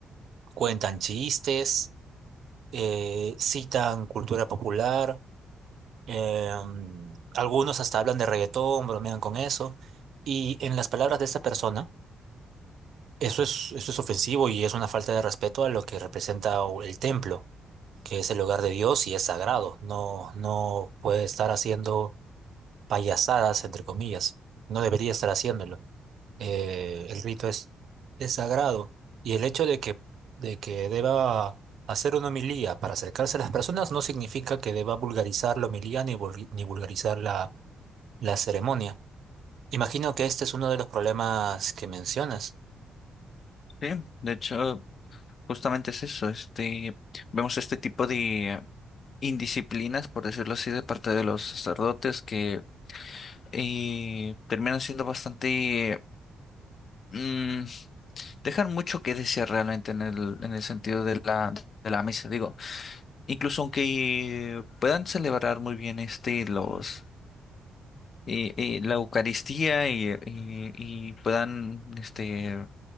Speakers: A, on the right; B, on the left.
A: Cuentan chistes, eh, citan cultura popular, eh, mm, algunos hasta hablan de reggaetón, bromean con eso. Y en las palabras de esta persona, eso es, eso es ofensivo y es una falta de respeto a lo que representa o- el templo, que es el hogar de Dios y es sagrado. No, no puede estar haciendo payasadas, entre comillas. No debería estar haciéndolo. eh, el rito es, es sagrado y el hecho de que, de que deba hacer una homilía para acercarse a las personas no significa que deba vulgarizar la homilía ni, vulgui- ni vulgarizar la, la ceremonia. Imagino que este es uno de los problemas que mencionas.
B: Sí, de hecho, justamente es eso. Este, vemos este tipo de indisciplinas, por decirlo así, de parte de los sacerdotes que y terminan siendo bastante... mm, dejan mucho que desear realmente en el, en el sentido de la, de la misa, digo. Incluso aunque puedan celebrar muy bien este, los, eh, eh, la Eucaristía y, y- y puedan este,